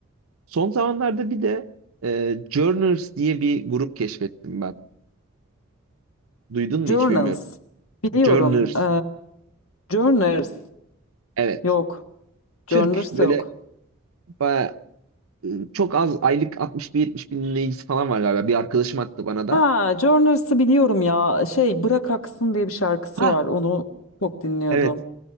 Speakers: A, on the right (about 85°); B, on the left (about 80°).
A: Son zamanlarda bir de e, Journers diye bir grup keşfettim ben. Duydun mu
B: Journals.
A: hiç bilmiyorum.
B: Biliyorum.
A: Journers.
B: Ee, Journers.
A: Evet.
B: Yok.
A: Türk
B: Journers
A: böyle
B: yok.
A: baya- e, çok az aylık 60 bin 70 bin dinleyicisi falan var galiba. Bir arkadaşım attı bana da.
B: Ha Journers'ı biliyorum ya. Şey Bırak Aksın diye bir şarkısı
A: Ha
B: var. Onu çok dinliyordum.
A: evet